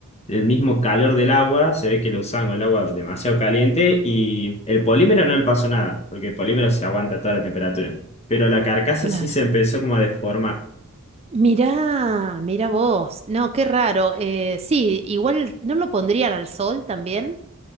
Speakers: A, on the left; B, on the right.
A: el mismo calor del agua, se ve que lo usaban con el agua demasiado caliente y el polímero no le pasó nada, porque el polímero se aguanta toda la temperatura, pero la carcasa
B: claro.
A: sí se empezó como a deformar.
B: Mirá, mirá vos. No, qué raro. Eh, sí, igual no lo pondrían al sol también,